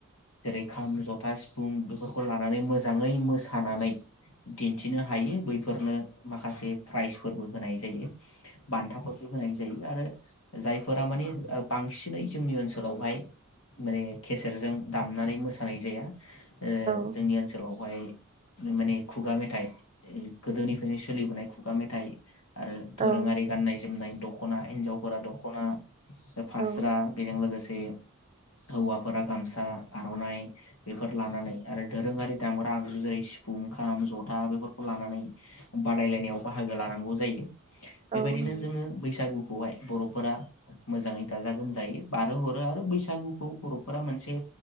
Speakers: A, on the left (about 65°); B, on the right (about 30°).
A: जेरै खाम, जथा, सिफुं बेफोरखौ लानानै मोजाङै मोस सानानै दिन्थिनो हायो। बै फोरनो माखासे प्राइजफोरबो होनाय जायो। बान्थाफोरखौ होनाय जायो आरो जायफोरा माने ओ बांसिनै जोंनि ओनसोलावहाय, माने खसेरजों दामनानै मोसानाय जाया। ओ
B: औ
A: जोंनि ओनसोलाव हाय माने खुगा मेथाइ, गोदोनिफ्रायनो सोलिबोनाय खुगा मेथाइ आरो
B: औ
A: दोरोङारि गान्नाय जोमनाय दखना हिन्जावफोरा दखना ओ फास्रा
B: औ
A: बेजों लोगोसे जे हौवाफोरा गामसा आर'नाइ बेफोर लानानै आरो दोरोङारि दामग्रा आगजु जेरै सिफुं ओं खाम जथा बेफोरखौ लानानै बादायलायनायाव बाहागो लानांगौ जायो। बेबायदिनो
B: औ नंगौ
A: जोङो बैसागु खौहाय बर'फोरा मोजाङै गाजा गोमजायै बारहो हरो आरो बैसागुखौ बर'फोरा मोनसे